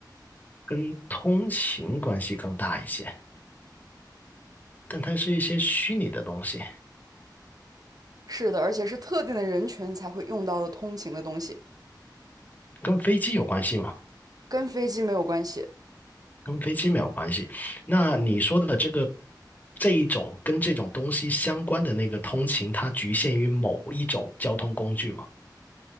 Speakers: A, on the left (about 25°); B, on the right (about 55°).
A: 跟通勤关系更大一些，但它是一些虚拟的东西，
B: 是的，而且是特定的人群才会用到的通勤的东西，
A: 跟飞机有关系吗？
B: 跟飞机没有关系。
A: 跟飞机没有关系。那你说的这个这一种跟这种东西相关的那个通勤，它局限于某一种交通工具吗？